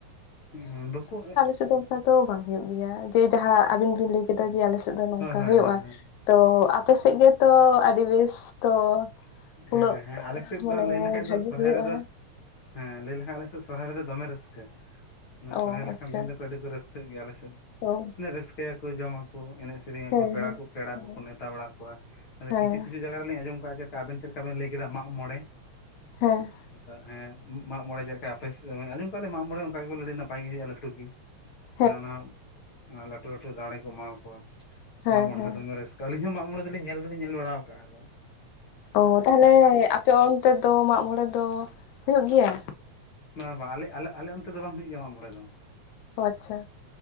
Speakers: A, on the left; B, on the left.
A: ᱦᱩᱸ ᱫᱩᱠᱩ ᱦᱮᱜ
B: ᱟᱫᱚᱢ ᱥᱮᱫ ᱫᱚ ᱚᱱᱠᱟ ᱫᱚ ᱵᱟᱝ ᱦᱩᱭᱩᱜ ᱜᱮᱭᱟ ᱡᱮ ᱡᱟᱦᱟᱸ ᱟᱵᱤᱱ ᱵᱤᱱ ᱞᱟᱹᱭ ᱠᱮᱫᱟ ᱡᱮ ᱟᱞᱮ ᱥᱮᱫ ᱫᱚ ᱱᱚᱝᱠᱟ
A: ᱦᱳᱭ
B: ᱦᱩᱭᱩᱜ-ᱟ
A: ᱦᱳᱭ
B: ᱾ ᱛᱚ ᱟᱯᱮᱥᱮᱫ ᱜᱮᱛᱚ ᱟᱹᱰᱤ ᱵᱮᱥ ᱛᱚ
A: ᱦᱮᱸ
B: ᱩᱱᱟᱹᱜ
A: ᱦᱮᱸ ᱟᱞᱮ ᱥᱮᱫ
B: ᱢᱟᱱᱮ
A: ᱫᱚ ᱞᱟᱹᱭ ᱞᱮᱠᱷᱟᱡ
B: ᱵᱷᱟᱜᱤ
A: ᱫᱚ ᱥᱚᱨᱦᱟᱭ
B: ᱦᱩᱭᱩᱜᱼᱟ
A: ᱨᱮᱫᱚ ᱦᱮᱸ ᱞᱟᱹᱭ ᱞᱮᱠᱷᱟᱱ ᱟᱞᱮ ᱥᱮᱫ ᱥᱚᱨᱦᱟᱭ ᱨᱮᱫᱚ ᱫᱚᱢᱮ ᱨᱟᱹᱥᱠᱟᱹ ᱥᱚᱨᱦᱟᱭ
B: ᱚ
A: ᱞᱮᱠᱟᱱ
B: ᱟᱪᱪᱷᱟ
A: ᱫᱤᱱ ᱫᱚᱠᱚ ᱟᱹᱰᱤ ᱠᱚ ᱨᱟᱹᱥᱠᱟᱹᱜ ᱜᱮᱭᱟ ᱟᱞᱮ ᱥᱮᱫ
B: ᱚ
A: ᱨᱟᱹᱥᱠᱟᱹᱭᱟᱠᱚ ᱡᱚᱢᱟ ᱠᱚ ᱮᱱᱮᱡ ᱥᱮ ᱥᱮᱨᱮᱧ ᱟᱠᱚ
B: ᱦᱮᱸ
A: ᱯᱮᱲᱟ
B: ᱦᱮᱸ
A: ᱠᱚ ᱯᱮᱲᱟ
B: ᱦᱮᱸ
A: ᱠᱚᱠᱚ ᱱᱮᱣᱛᱟ ᱵᱟᱲᱟ ᱠᱚᱣᱟ
B: ᱦᱮᱸ
A: ᱠᱤᱪᱷᱩ ᱠᱤᱪᱷᱩ ᱡᱟᱭᱜᱟ ᱨᱮᱞᱤᱧ ᱟᱸᱡᱚᱢ ᱠᱟᱜ-ᱟ ᱡᱮ ᱟᱵᱤᱱ ᱪᱮᱫ ᱞᱮᱠᱟ ᱵᱮᱱ ᱞᱟᱹᱭ ᱠᱮᱫᱟ ᱢᱟᱜ ᱢᱚᱬᱮ
B: ᱦᱮᱸ
A: ᱟᱫᱚ ᱦᱮᱸ ᱢᱟᱜ ᱢᱚᱬᱮ ᱪᱮᱫ ᱞᱮᱠᱟ ᱟᱯᱮ ᱥᱮ ᱟᱸᱡᱚᱢ ᱠᱟᱜ ᱞᱤᱧ ᱢᱟᱜ ᱢᱚᱬᱮ ᱚᱱᱠᱟ ᱜᱮᱞᱮ ᱟᱹᱰᱤ ᱱᱟᱯᱟᱭ ᱜᱮ ᱦᱩᱭᱩᱜ-ᱟ ᱞᱟᱹᱴᱩ ᱜᱮ
B: <inaudible>
A: ᱦᱟᱱᱟ ᱱᱟᱣᱟ ᱞᱟᱹᱴᱩ ᱞᱟᱹᱴᱩ ᱫᱟᱲᱮ ᱠᱚ ᱮᱢᱟᱣᱟ ᱠᱚᱣᱟ
B: ᱦᱮᱸ
A: ᱢᱟᱜ ᱢᱚᱬᱮ
B: ᱦᱮᱸ
A: ᱫᱚᱢᱮ ᱨᱟᱹᱥᱠᱟᱹ ᱟᱹᱞᱤᱧ ᱦᱚᱸ ᱢᱟᱜ ᱢᱚᱬᱮ ᱫᱚᱞᱤ ᱧᱮᱧ ᱫᱚ ᱧᱮᱞ ᱵᱟᱲᱟᱣ ᱟᱠᱟᱫ ᱫᱚ
B: ᱚ ᱛᱟᱦᱚᱞᱮ ᱟᱯᱮ ᱚᱱᱛᱮ ᱫᱚ ᱢᱟᱜᱢᱚᱲᱮ ᱫᱚ ᱦᱩᱭᱩᱜ ᱜᱮᱭᱟ?
A: ᱵᱟᱝ ᱵᱟᱝ ᱟᱞᱮ ᱟᱞᱮ ᱚᱱᱛᱮ ᱫᱚ ᱵᱟᱝ ᱦᱩᱭᱩᱜ ᱜᱮᱭᱟ ᱢᱟᱜ ᱢᱚᱬᱮ ᱫᱚ
B: ᱟᱪᱪᱷᱟ